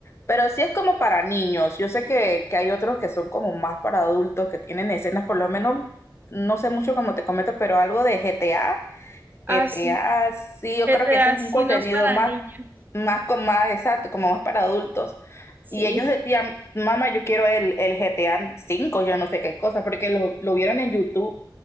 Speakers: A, on the left (about 35°); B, on the right (about 25°).
A: pero sí es como para niños. Yo sé que, que hay otros que son como más para adultos, que tienen escenas, por lo menos, no sé mucho como te comento, pero algo de GTA.
B: Así.
A: GTA, sí, yo
B: GTA
A: creo que ese es un
B: sí
A: contenido
B: no es para
A: más,
B: niños.
A: más, con- más exacto, como más para adultos.
B: Sí.
A: Y ellos decían, mamá, yo quiero el, el GTA cinco, yo no sé qué cosa, porque lo, lo vieron en YouTube